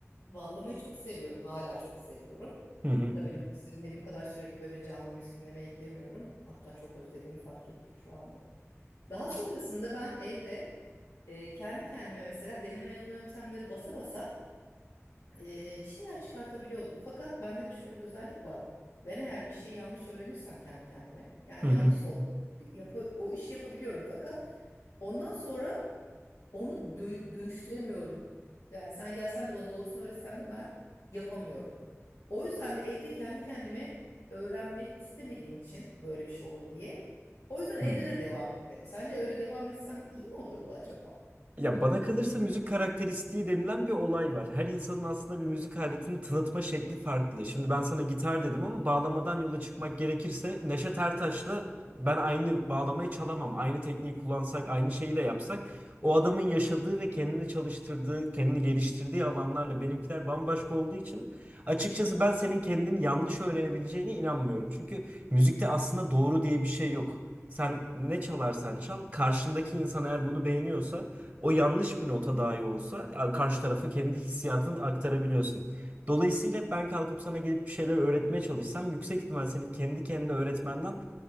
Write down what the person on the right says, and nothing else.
Hı hı.
Hı hı.
Hı hı.
Ya bana kalırsa müzik karakteristiği denilen bir olay var. Her insanın aslında bir müzik aletini tanıtma şekli farklı. Şimdi ben sana gitar dedim ama bağlamadan yola çıkmak gerekirse Neşet Ertaş'la ben aynı bağlamayı çalamam. Aynı tekniği kullansak, aynı şeyi de yapsak o adamın yaşadığı ve kendini çalıştırdığı, kendini geliştirdiği alanlarla benimkiler bambaşka olduğu için açıkçası ben senin kendini yanlış öğrenebileceğine inanmıyorum. Çünkü müzikte aslında doğru diye bir şey yok. Sen ne çalarsan çal, karşındaki insan eğer bunu beğeniyorsa o yanlış bir nota dahi olsa a- karşı tarafa kendi hissiyatını aktarabiliyorsun. Dolayısıyla ben kalkıp sana gelip bir şeyler öğretmeye çalışsam yüksek ihtimal senin kendi kendine öğretmenden